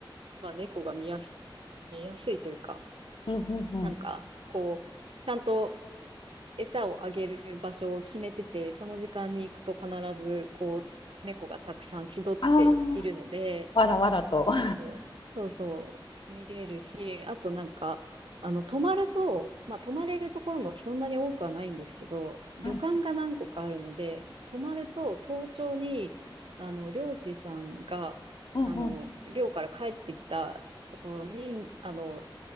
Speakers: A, on the right; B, on the left.
A: まあ猫が見やす、見やすいというか、
B: うんうんうん。
A: なんかこう、ちゃんと餌をあげる場所を決めてて、その時間に行くと必ず、こう、猫がたくさん集っているので、
B: ああ、わらわらと。は
A: そう、そうそう、見れるし、あとなんか、あの、泊まると、まあ、泊まれるところもそんなに多くはないんですけど、旅館が何個かあるので、
B: い。
A: 泊まると早朝に、あの、漁師さんが、
B: うんうん。
A: あの、漁から帰ってきたところに、あの、